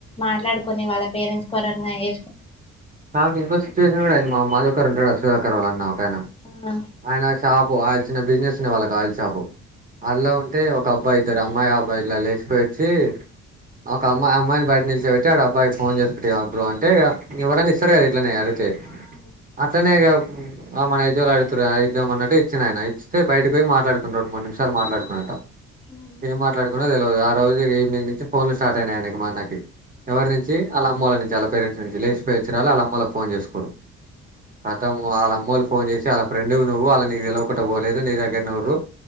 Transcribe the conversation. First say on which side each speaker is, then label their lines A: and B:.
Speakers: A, on the left; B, on the right.
A: మాట్లాడుకోని వాళ్ళ పేరెంట్స్ కోరంగాయే
B: నాకు ఇంకో సిచ్యువేషన్ గూడ ఐంది మా మదూకరు ఉంటడుగా సుధాకర్ వాళ్ళన్న ఒకాయన
A: ఆ
B: ఆయనది షాపు ఆయిల్ చిన్న బిజినెస్ ఉండె వాళ్ళకు ఆయిల్ షాపు అల్ల ఉంటే ఒక బ్బాయి ఇద్దరు అమ్మాయి అబ్బాయి ఇలా లేసిపోయొచ్చీ ఒక అమ్మాయి అమ్మాయిని బయట నిలిచోబెట్టి ఆడ అబ్బాయి ఫోన్జేసి కుంటివిగాప్పుడు అంటే ఇగ ఇగెవ్వరన్నా ఇస్తరుగాద ఇట్లనే అడిగితే
A: ఆహా
B: అట్లనే ఇగా ఆ మనేజోలడు తురు అయితేమన్నట్టు ఇచ్చినయన ఇస్తె బయటకి పోయి మాట్లాడుకుంటురు మూడు నిమిషాలు మాట్లాడుకున్నట
A: అవును
B: ఏం మాట్లాడుకున్నరో తెలువదు ఆ రోజు ఇగ ఈవినింగ్ నుంచి ఫోన్లు స్టార్టయినయి ఆయనకి మాన్నకి ఎవరినించి ఆళ్లమ్మోళ్ల ఆళ్ళ నించి అళ్ పేరెంట్స్ నుంచి లేషిపోయోచ్చిరాళ్లు ఆళ్ళమ్మోల్లకు ఫోన్జేసుకురు ఖతం వాళ్ళ అమ్మోళ్లు ఫోన్జేసి ఆ ఫ్రెండువు నువ్వు ఆళ్లు నీకు తెలువకుంట పోలేదు నీ దగ్గరనే ఉన్రు